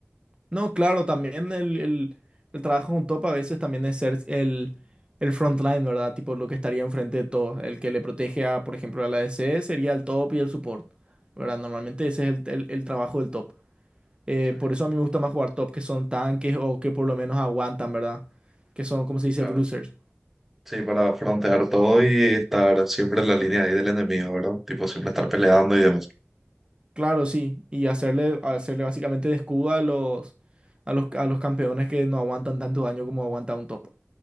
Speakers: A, on the right; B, in the centre.
A: No, claro, también el, el- el trabajo con top a veces también es ser el, el frontline, ¿verdad? Tipo lo que estaría enfrente de todo. El que le protege a, por ejemplo, a la ADC sería el top y el support, ¿verdad? Normalmente ese es el, el- el trabajo del top. Eh,
B: Sí,
A: por eso a mí me gusta más jugar top que son tanques o que por lo menos aguantan, ¿verdad? Que son, como se dice?
B: claro.
A: Bruisers.
B: Sí, para frontear todo y estar siempre en la línea ahí del enemigo, ¿verdad? Tipo, siempre estar peleando y demás.
A: Claro, sí. Y hacerle, hacerle básicamente de escudo a los, a los, a los campeones que no aguantan tanto daño como aguanta un top